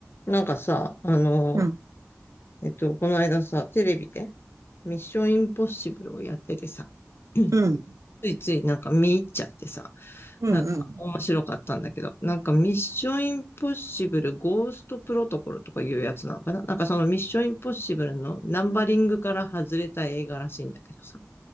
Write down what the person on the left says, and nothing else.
なんかさ、あの、
えっと、この間さ、テレビで、ミッションインポッシブルをやっててさ、<clears throat> うん
ついついなんか見入っちゃってさ、
なんか面白かったんだけど、
なんかミッションインポッシブルゴーストプロトコルとかいうやつなのかななんかそのミッションインポッシブルのナンバリングから外れた映画らしいんだけどさ、